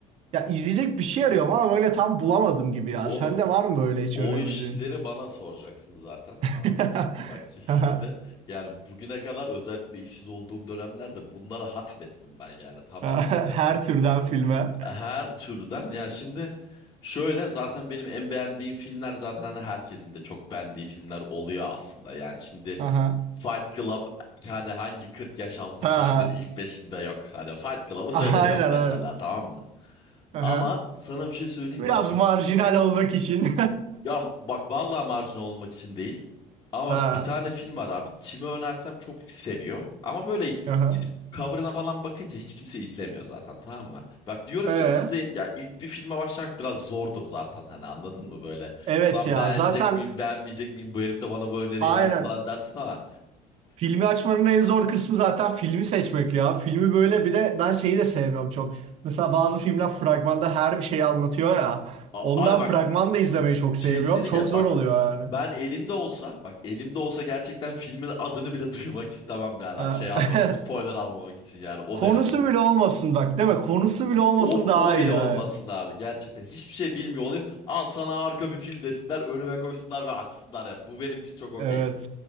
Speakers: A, on the right; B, on the left.
A: ya izleyecek bir şey arıyorum ama böyle tam bulamadım gibi ya.
B: Oğlum
A: Sende var mı böyle hiç
B: o
A: önerebileceğin?
B: işleri bana soracaksın zaten
A: <laughs>
B: tamam mı? Bak kesinlikle. Yani bugüne kadar özellikle işsiz olduğum dönemlerde bunlara hatmettim ben yani tamamına
A: Her
B: resmen.
A: türden filme.
B: Her türden ya şimdi şöyle zaten benim en beğendiğim filmler zaten hani herkesin de çok beğendiği filmler oluyor aslında. Yani şimdi
A: Aha.
B: Fight Club hani hangi 40 yaş altı kişinin
A: Aha.
B: ilk beşinde yok. Hani Fight Club'ı söylemiyorum
A: Aynen
B: mesela
A: aynen.
B: tamam mı?
A: Aha.
B: Ama sana bir şey söyleyeyim
A: Biraz
B: bak. Bir,
A: marjinal olmak için. <laughs>
B: ya bak vallahi marjinal olmak için değil. Ama
A: Ha.
B: bak bir tane film var abi. Kime önersem çok seviyor. Ama böyle
A: Aha.
B: gidip cover'ına falan bakınca hiç kimse izlemiyor zaten tamam mı? Bak diyorum
A: Ee?
B: ki izleyin. Ya ilk bir filme başlamak biraz zordur zaten hani anladın mı böyle?
A: Evet
B: Lan
A: ya
B: beğenecek
A: zaten
B: miyim beğenmeyecek miyim bu herif de bana bu öneriyi
A: aynen
B: verdi falan dersin ama.
A: filmi açmanın en zor kısmı zaten filmi seçmek ya. Filmi böyle bir de ben şeyi de sevmiyorum çok. Mesela bazı filmler fragmanda her bir şeyi anlatıyor ya.
B: A-
A: Ondan
B: abi bak
A: fragman da izlemeyi çok
B: Kesinlikle
A: sevmiyorum. Çok zor
B: bak
A: oluyor yani.
B: ben elimde olsa bak elimde olsa gerçekten filmin adını bile <laughs> duymak istemem yani
A: Ee,
B: şey alma spoiler almamak için yani
A: <laughs>
B: o
A: Konusu
B: derece.
A: bile olmasın bak değil mi? Konusu bile olmasın
B: O,
A: daha
B: o bile
A: iyi yani.
B: olmasın abi gerçekten hiçbir şey bilmiyor olayım al sana harika bir film desinler önüme koysunlar ve açsınlar ya bu benim için çok okey.
A: Evet.